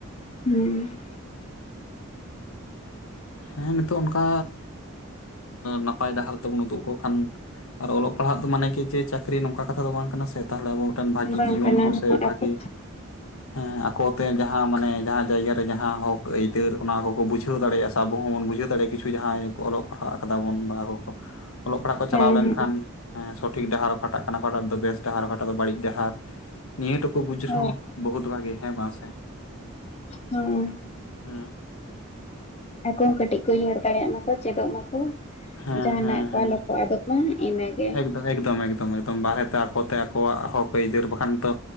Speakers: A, on the left (about 30°); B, on the left (about 75°).
A: ᱦᱩᱸ
B: ᱦᱮᱸ ᱱᱤᱛᱚᱜ ᱚᱱᱠᱟ ᱱᱟᱯᱟᱭ ᱰᱟᱦᱟᱨ ᱛᱮᱵᱚᱱ ᱩᱫᱩᱜᱽ ᱟᱠᱚ ᱠᱷᱟᱱ ᱟᱨ ᱚᱞᱚᱜ ᱯᱟᱲᱦᱟᱜ ᱫᱚ ᱢᱟᱱᱮ ᱠᱮ ᱡᱮ ᱪᱟᱹᱠᱨᱤ ᱱᱚᱝᱠᱟ ᱠᱟᱛᱷᱟ ᱫᱚ ᱵᱟᱝ ᱠᱟᱱᱟ ᱥᱮ ᱛᱟᱦᱚᱞᱮ ᱟᱵᱚᱴᱮᱱ ᱵᱷᱟᱹᱜᱤ
A: ᱵᱟᱝ
B: ᱡᱤᱣᱚᱱ
A: ᱠᱟᱱᱟ
B: ᱥᱮ
A: ᱟᱵᱚ
B: ᱵᱷᱟᱹᱜᱤ ᱦᱮᱸ ᱟᱠᱚ ᱡᱚᱛᱚ ᱡᱟᱦᱟᱸ ᱢᱟᱱᱮ ᱡᱟᱦᱟᱸ ᱡᱟᱭᱜᱟ ᱨᱮ ᱡᱟᱦᱟᱸ ᱦᱚᱸᱠ ᱟᱹᱭᱫᱟᱹᱨ ᱚᱱᱟ ᱠᱚᱠᱚ ᱵᱩᱡᱷᱟᱹᱣ ᱫᱟᱲᱮᱭᱟᱜᱼᱟ ᱟᱵᱚ ᱦᱚᱸ ᱵᱚᱱ ᱵᱩᱡᱷᱟᱹᱣ ᱫᱟᱲᱮᱭᱟᱜᱼᱟ ᱠᱤᱪᱷᱩ ᱡᱟᱦᱟᱸᱭ ᱠᱚ ᱚᱞᱚᱜ ᱯᱟᱲᱦᱟᱜ ᱟᱠᱟᱫᱟ ᱵᱚᱱ ᱵᱟᱦᱟ ᱠᱚ ᱠᱚ ᱚᱞᱚᱜ ᱯᱟᱲᱦᱟᱜ ᱠᱚ ᱪᱟᱞᱟᱣ
A: ᱦᱮᱸ
B: ᱞᱮᱱᱠᱷᱟᱱ
A: ᱦᱮᱸ
B: ᱦᱮᱸ ᱥᱚᱴᱷᱤᱠ ᱰᱟᱦᱟᱨ ᱚᱠᱟᱴᱟᱜ ᱠᱟᱱᱟ ᱚᱠᱟᱴᱟᱜ ᱫᱚ ᱵᱮᱥ ᱰᱟᱦᱟᱨ ᱚᱠᱟᱴᱟᱜ ᱫᱚ ᱵᱟᱹᱲᱤᱡ ᱰᱟᱦᱟᱨ ᱱᱤᱭᱟᱹ ᱴᱩᱠᱩ ᱵᱩᱡ
A: ᱦᱳᱭ
B: ᱨᱮᱦᱚᱸ ᱵᱚᱦᱩᱛ ᱵᱷᱟᱜᱮ ᱦᱮᱸ ᱵᱟᱝ ᱥᱮ
A: ᱦᱩᱸ
B: ᱦᱮᱸ
A: ᱟᱠᱚ ᱦᱚᱸ ᱠᱟᱹᱴᱤᱡ ᱠᱚ ᱩᱭᱦᱟᱹᱨ ᱫᱟᱲᱮᱭᱟᱜ ᱢᱟᱠᱚ ᱪᱮᱫᱚᱜ ᱢᱟᱠᱚ
B: ᱦᱮᱸ
A: ᱡᱟᱦᱟᱱᱟᱜ
B: ᱦᱮᱸ
A: ᱠᱚ
B: ᱦᱮᱸ
A: ᱟᱞᱚ ᱠᱚ ᱟᱫᱚᱜ ᱤᱱᱟᱜᱮ
B: ᱮᱠᱫᱚᱢ ᱮᱠᱫᱚᱢ ᱮᱠᱫᱚᱢ ᱮᱠᱫᱚᱢ ᱵᱟᱨᱦᱮᱛᱮ ᱟᱠᱚᱛᱮ ᱟᱠᱚᱣᱟᱜ ᱦᱚᱸᱠ ᱟᱹᱭᱫᱟᱹᱨ ᱵᱟᱠᱷᱟᱱ ᱛᱚ